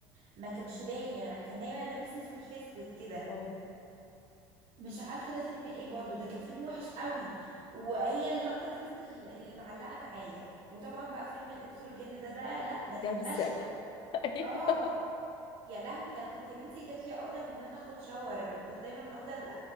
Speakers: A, on the right; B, on the left.
A: ما كانش باين يعني كان دايما لابس اسود في اسود كده
B: اه
A: مش عارفه ده فيلم ايه برضو ده كان فيلم وحش قوي وهي اللقطه دي بس ال- اللي معلقه معايا وطبعا بقى فيلم الانس والجن ده ده لا ده كان
B: كارثه
A: بشع
B: <laughs>
A: اه يا لهوي ده انا كنت يا بنتي جات لي عقده من ان انا اخد شاور كنت دايما افضل أ-